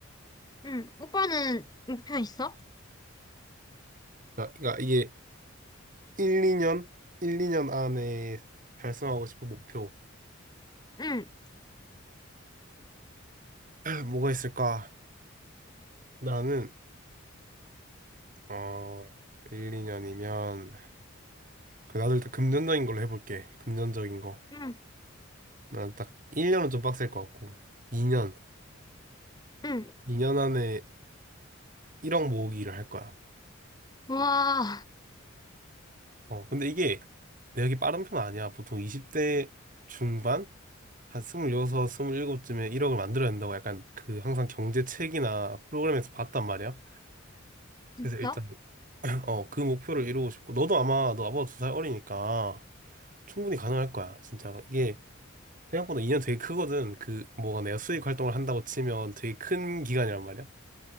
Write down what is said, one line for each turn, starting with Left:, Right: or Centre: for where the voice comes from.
Left: 응, 오빠는 목표 있어?
Right: 그러니까 이게 1, 2년? 1, 2년 안에 달성하고 싶은 목표.
Left: 응,
Right: 아, 뭐가 있을까? 나는, 어, 1, 2년이면, 나도 일단 금전적인 걸로 해볼게. 금전적인 거.
Left: 응,
Right: 난 딱 1년은 좀 빡셀 것 같고, 2년.
Left: 응.
Right: 2년 안에 1억 모으기를 할 거야.
Left: 우와,
Right: 어, 근데 이게 내역이 빠른 편 아니야. 보통 20대 중반? 한 26, 27쯤에 1억을 만들어야 된다고 약간 그 항상 경제 책이나 프로그램에서 봤단 말이야.
Left: 진짜?
Right: 그래서 일단 어, 그 목표를 이루고 싶고, 너도 아마, 너 아빠가 두 살 어리니까 충분히 가능할 거야, 진짜로. 이게 생각보다 2년 되게 크거든. 그, 뭐가 내가 수익 활동을 한다고 치면 되게 큰 기간이란 말이야.